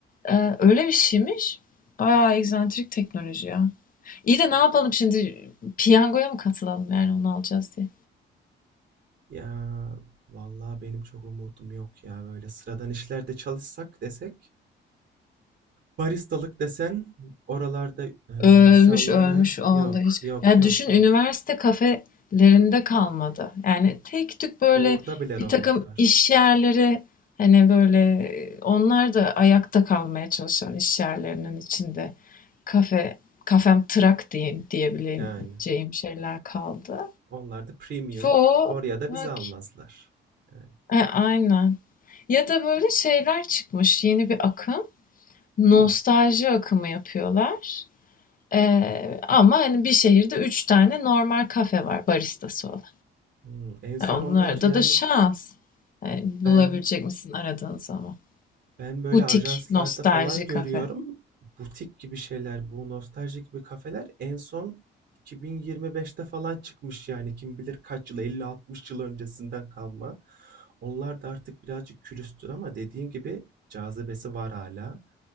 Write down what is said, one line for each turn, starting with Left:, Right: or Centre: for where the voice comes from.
Left: Ee, öyle bir şeymiş. Bayağı egzantrik teknoloji ya. İyi de ne yapalım şimdi? Piyangoya mı katılalım yani onu alacağız diye.
Right: Ya vallahi benim çok umudum yok ya böyle sıradan işlerde çalışsak desek baristalık desen oralarda e,
Left: Ölmüş,
Right: insanlara
Left: ölmüş o anda
Right: yok
Left: hiç.
Right: yok
Left: Ya
Right: yok
Left: düşün
Right: yok.
Left: üniversite kafelerinde kalmadı. Yani tek tük böyle
Right: Orada bile
Left: bir
Right: robot
Left: takım
Right: var.
Left: iş yerleri hani böyle onlar da ayakta kalmaya çalışan iş yerlerinin içinde kafe kafem trak diyeyim diyebileceğim
Right: Yani.
Left: şeyler kaldı.
Right: Onlar da premium.
Left: Çoğu
Right: Oraya da
Left: bak
Right: bizi almazlar. Yani.
Left: e, aynen. Ya da böyle şeyler çıkmış yeni bir akım. Nostalji
Right: Hmm.
Left: akımı yapıyorlar. Eee, ama hani bir şehirde 3 tane normal kafe var baristası olan.
Right: Hmm. En son
Left: E, onun
Right: onlar
Left: arada
Right: yani
Left: da şans. Yani
Right: ben
Left: bulabilecek misin aradığın zaman?
Right: ben böyle
Left: Butik,
Right: ajanslarda
Left: nostalji
Right: falan görüyorum.
Left: kafe.
Right: Butik gibi şeyler, bu nostalji gibi kafeler en son 2025'te falan çıkmış yani kim bilir kaç yıl 50-60 yıl öncesinden kalma. Onlar da artık birazcık külüstür ama dediğin gibi cazibesi var hala.